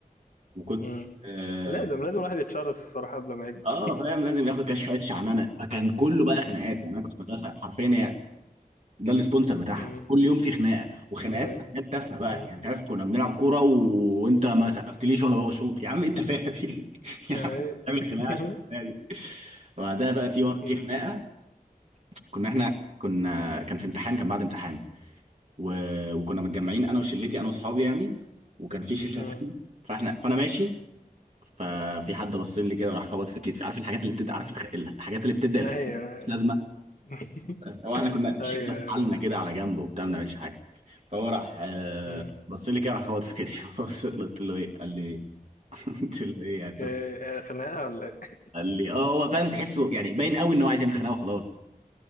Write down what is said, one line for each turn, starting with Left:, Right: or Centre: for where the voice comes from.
Right: وكنت
Left: مم.
Right: اه
Left: لازم لازم الواحد يتشرس الصراحه قبل ما يكبر
Right: آه، فاهم لازم ياخد كده شويه شعنانه فكان كله بقى خناقات يعني انا كنت في مدرسه حرفيا هي ده السبونسر بتاعها
Left: مم.
Right: كل يوم في خناقه وخناقات
Left: آه.
Right: خناقات تافهه بقى
Left: مم.
Right: يعني انت عارف كنا بنلعب كوره و... وانت ما سقفتليش وانا بشوط يا عم انت فاهم <laughs> يا
Left: آه.
Right: عم بتعمل
Left: <laughs>
Right: خناقه عشان الخناقة دي وبعدها بقى في
Left: مم.
Right: في خناقه كنا احنا
Left: مم.
Right: كنا كان في امتحان كان بعد امتحان و... وكنا متجمعين انا وشلتي انا واصحابي يعني وكان في <laughs> شله
Left: مم.
Right: ثانيه فاحنا فانا ماشي ففي حد بص لي كده وراح خبط في كتفي عارف الحاجات اللي بتبدا عارف الخ... الحاجات اللي بتبدا
Left: ايوه
Right: الخ... مش لازمه
Left: <laughs>
Right: بس هو احنا كنا
Left: ايوه
Right: شلنا
Left: ايوه
Right: حالنا كده على جنب وبتاع ما بنعملش حاجه فهو راح آه،
Left: مم.
Right: بص لي كده راح خبط في كتفي <laughs> فبصيت له قلت له ايه قال لي إيه؟ <laughs> قلت
Left: مم.
Right: له ايه يا تو
Left: إيه، خناقه ولا ايه
Right: قال لي اه هو فاهم تحسه يعني باين قوي ان هو عايز يعمل خناقه وخلاص